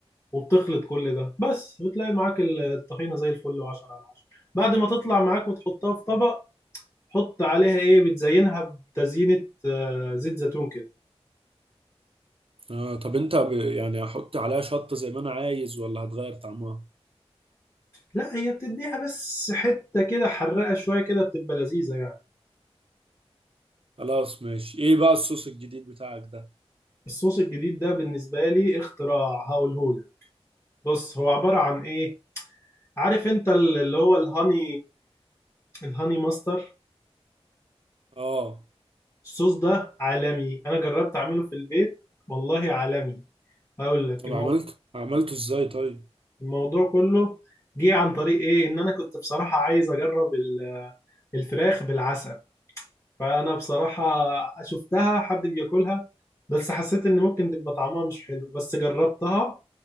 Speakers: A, on the left (about 25°); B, on the right (about 60°).
A: وبتخلط كل ده بس وتلاقي معاك الطحينة زي الفل وعشرة على عشرة بعد ما تطلع معاك وتحطها في طبق حط عليها ايه بتزينها بتزيينة آه، زيت زيتون كده
B: آه طب أنت ب... يعني هحط عليها شطة زي ما أنا عايز ولا هتغير طعمها؟
A: لا هي بتديها بس حتة كده حرقة شوية كده بتبقى لذيذة يعني
B: خلاص ماشي إيه بقى الصوص الجديد بتاعك ده؟
A: الصوص الجديد ده بالنسبة لي اختراع هقولهولك بص هو عبارة عن ايه عارف انت اللي هو الهاني الهاني ماستر
B: آه
A: الصوص ده عالمي انا جربت اعمله في البيت والله عالمي هقول لك
B: طب عملته؟ عملته إزاي طيب؟
A: الموضوع كله جه عن طريق ايه ان انا كنت بصراحة عايز اجرب ال- الفراخ بالعسل فانا بصراحة شفتها حد بياكلها بس حسيت ان ممكن تبقى طعمها مش حلو بس جربتها